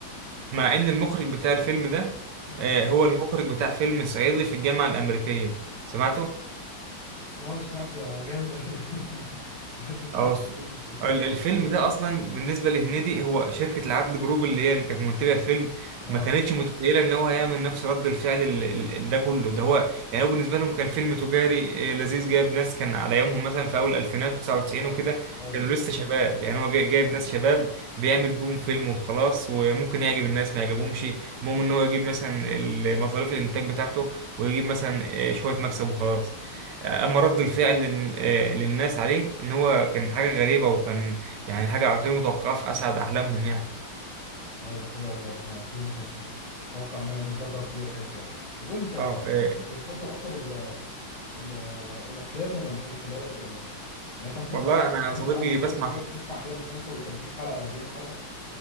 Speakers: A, on the right; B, on the left.
A: مع ان المخرج بتاع الفيلم ده
B: امم
A: آه، هو المخرج بتاع فيلم صعيدي في الجامعه الامريكيه سمعته
B: اه سمعت ده جامد قوي <laughs> بحب الفيلم
A: اه
B: بحب المس- الفيلم
A: ال-
B: ده
A: الفيلم
B: قوي يعني
A: ده اصلا بالنسبه لهنيدي هو شركه العدل جروب اللي هي اللي كانت منتجه الفيلم
B: اه
A: ما كانتش متخيله ان هو هيعمل نفس رد الفعل ال- ال- ده كله ده هو يعني هو بالنسبه لهم كان فيلم تجاري آه، لذيذ جايب ناس كان على يومهم مثلا في اول الفينات و99
B: اه
A: وكده
B: ايوه
A: كانوا لسه شباب يعني هو جاي- جايب ناس شباب بيعمل بوم فيلم وخلاص وممكن يعجب الناس ما يعجبهمش المهم ان هو يجيب مثلا ال- مصاريف الانتاج بتاعته ويجيب مثلا آه، شويه مكسب وخلاص اما رد الفعل لل- آه، للناس عليه ان هو كان حاجه غريبه وكان يعني حاجه غير متوقعه في اسعد احلامهم يعني
B: اه دي حقيقة بجد فعلا الفيلم ما كانش متوقع انه يعمل ضجة كبيرة كده فعلا طب قول لي انت انت
A: اه
B: انت
A: آه،
B: أنت بتفضل اكتر ال ال الافلام ولا المسلسلات ولا يعني انت ممكن
A: والله
B: تع...
A: انا
B: يعني
A: يا صديقي
B: انت عندك خلق
A: بسمع
B: تقعد تسمع كده مسلسل 30 حلقة او 40 حلقة